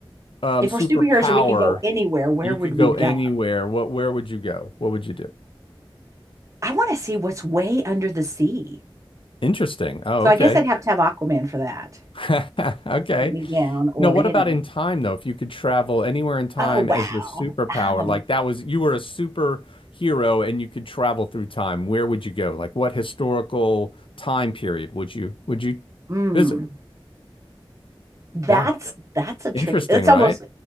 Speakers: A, on the left; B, on the right.
A: um,
B: if
A: superpower.
B: we're superheroes and we can go anywhere, where
A: You
B: would
A: could
B: we
A: go
B: go?
A: anywhere. What, where would you go? What would you do?
B: I want to see what's way under the sea.
A: Interesting. Oh,
B: So
A: okay.
B: I guess I'd have to have Aquaman for that.
A: <laughs> Okay.
B: Get me down, or
A: No, what
B: you
A: about
B: know,
A: in time though? If you could travel anywhere in time
B: oh wow,
A: as your superpower,
B: um,
A: like that was you were a superhero and you could travel through time, where would you go? Like what historical time period would you would you
B: mm,
A: visit?
B: that's
A: Yeah.
B: that's a tricky.
A: Interesting,
B: It's
A: right?
B: almost